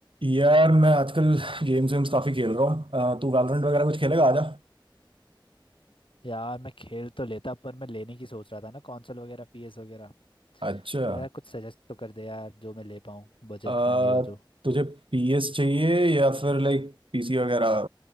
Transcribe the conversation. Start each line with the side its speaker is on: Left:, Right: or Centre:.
Right: यार मैं आजकल गेम्स वेम्स काफी खेल रहा हूँ अ, तू वैलोरेंट वगैरह कुछ खेलेगा आजा
Left: यार मैं खेल तो लेता पर मैं लेने की सोच रहा था ना कंसोल वगैरह पीएस वगैरह
Right: अच्छा
Left: तो यार कुछ सजेस्ट तो कर दे यार जो मैं ले पाऊँ बजट
Right: अ,
Left: फ्रेंडली हो जो
Right: तुझे पीएस चाहिए या फिर लाइक पीसी वगैरह